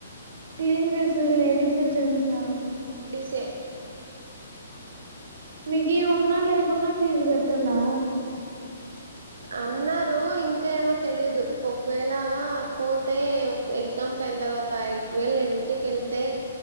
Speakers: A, on the right (about 60°); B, on the right (about 90°).
A: క్లీన్ చే లేడిస్ జెంట్స్
B: చే
A: మీకు ఉన్నా లేకున్నా ఫీజు కట్టాలా
B: అన్నారు ఇంకాేమో తెలిదు ఒకవేళ పోతే ఎగ్జామ్స్ అయిన తర్వాతవేళ నేను ఇంటికి వెళ్తే